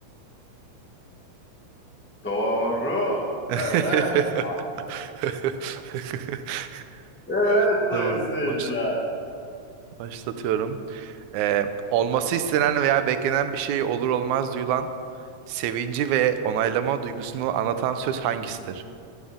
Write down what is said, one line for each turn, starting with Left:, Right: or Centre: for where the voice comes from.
Centre: Doğru. Evet.
Right: <laughs>
Centre: Evet sayın
Right: Tamam.
Centre: seyirciler.
Right: Baş, başlatıyorum. Ee, olması istenen veya beklenen bir şey olur olmaz duyulan sevinci ve onaylama duygusunu anlatan söz hangisidir?